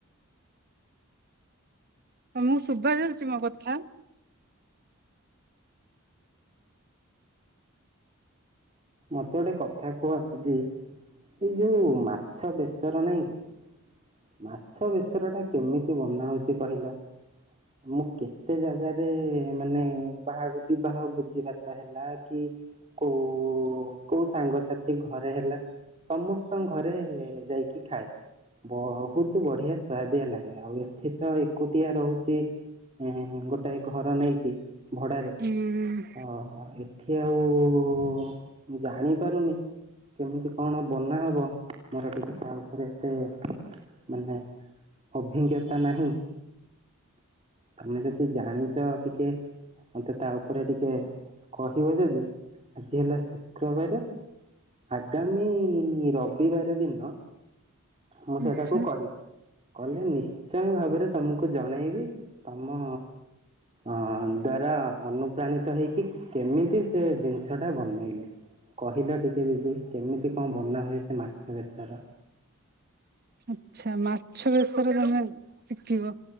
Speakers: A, on the right; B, on the right.
A: ତମକୁ ଶୁଭା ଯାଉଚି ମୋ କଥା?
B: ମତେ ଗୋଟେ କଥା କୁହ, ଦିଦି। ଏଇ ଯୋଉ, ମାଛ ବେସର ନାଇଁ କି। ମାଛ ବେସର ଟା, କେମିତି ବନା ହଉଚି କହିଲ? ମୁଁ କେତେ ଜାଗାରେ, ମାନେ ବାହା ବିବାହ ଭୋଜି ଭାତ ହେଲା, କି କୋଉ, କୋଉ ସାଙ୍ଗସାଥି ଘରେ ହେଲା। ସମସ୍ତଙ୍କ ଘରେ ଯାଇକି ଖାଏ। ବହୁତ ବଢିଆ ସୁଆଦିଆ ଲାଗେ। ଆଉ ଏଠି ତ ଏକୁଟିଆ ରହୁଚି। ଉଁ ହୁଁ। ଗୋଟାଏ ଘର ନେଇକି। ଭଡାରେ?
A: ହୁଁ
B: ହଁ। ହଁ, ଏଠି ଆଉ ଜାଣି ପାରୁନି। କେମିତି କଣ ବନା ହବ। ମୋର ଟିକେ ତା ଉପରେ ଏତେ ମାନେ, ଅଭିଜ୍ଞତା ନାହିଁ। ତମେ ଯଦି ଜାଣିଚ, ଟିକେ ମତେ ତା ଉପରେ ଟିକେ କହିବ ଯଦି, ଆଜି ହେଲା ଶୁକ୍ରବାରେ ଆଗାମୀ, ରବିବାର ଦିନ ମୁଁ ସେଇଟାକୁ
A: ଆଛା
B: କରିବି। କଲେ ନିଶ୍ଚୟ ଭାବରେ ତମକୁ ଜଣେଇବି। ତମ ଅ ଦ୍ଵାରା, ଅନୁପ୍ରାଣିତ ହେଇକି। କେମିତି ସେ ଜିନିଷ ଟା ବନେଇଲି କହିଲ ଟିକେ ଦିଦି। କେମିତି କଣ ବନା ହୁଏ। ସେ ମାଛ ବସର।
A: ଆଛା, ମାଛ ବସର ତମେ ଶିଖିବ।